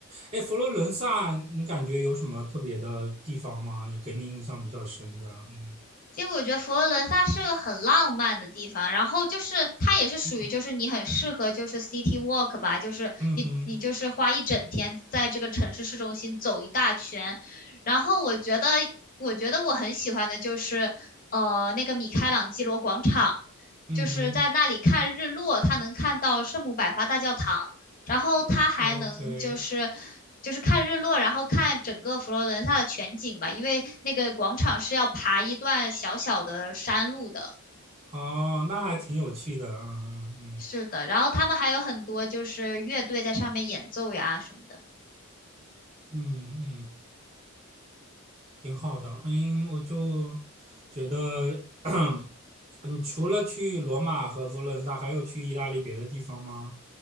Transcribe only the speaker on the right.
哎，佛罗伦萨，你感觉有什么特别的地方吗？也给你印象比较深的？嗯
嗯
嗯哼
嗯哼
，OK。
哦，那还挺有趣的。嗯嗯
嗯嗯嗯，挺好的。嗯，我就觉得，<clears throat> 你除了去罗马和佛罗伦萨，还有去意大利别的地方吗？